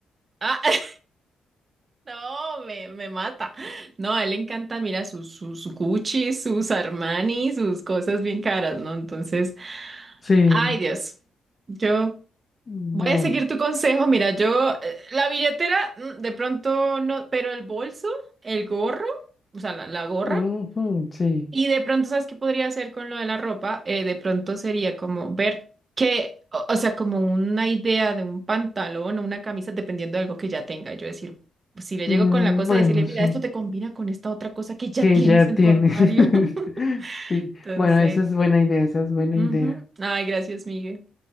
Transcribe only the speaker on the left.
Sí.
Bueno,
ujú, sí.
Mm,
bueno,
sí.
Que
ya
tienes.
<laughs>
Sí.
Bueno, esa es buena idea, esa es buena
idea.